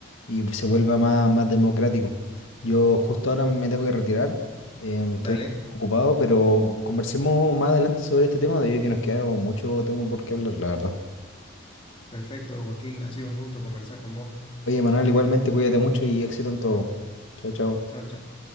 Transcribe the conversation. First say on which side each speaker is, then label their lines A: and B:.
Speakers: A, on the left (about 65°); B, on the left (about 25°).
A: y se vuelva más, más democrático. Yo justo ahora me tengo que retirar, em, estoy
B: Dale,
A: ocupado, pero conversemos más adelante sobre este tema, debido a que nos queda mucho tema por qué hablar, la verdad.
B: perfecto, Joaquín, ha sido un gusto conversar con vos.
A: Oye, Manuel, igualmente cuídate mucho y éxito en todo. Chao, chao.
B: Chao, chao.